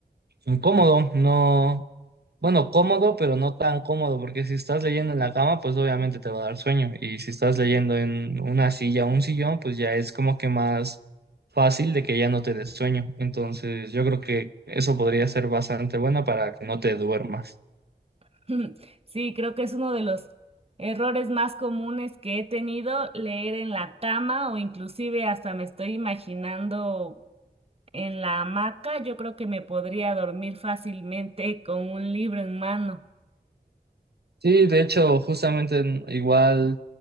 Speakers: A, on the right; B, on the right.
A: incómodo, no, bueno, cómodo, pero no tan cómodo, porque si estás leyendo en la cama, pues obviamente te va a dar sueño y si estás leyendo en una silla o un sillón, pues ya es como que más fácil de que ya no te dé sueño. Entonces, yo creo que eso podría ser bastante bueno para que no te duermas.
B: <laughs> Sí, creo que es uno de los errores más comunes que he tenido, leer en la cama o inclusive hasta me estoy imaginando en la hamaca, yo creo que me podría dormir fácilmente con un libro en mano.
A: Sí, de hecho, justamente en- igual,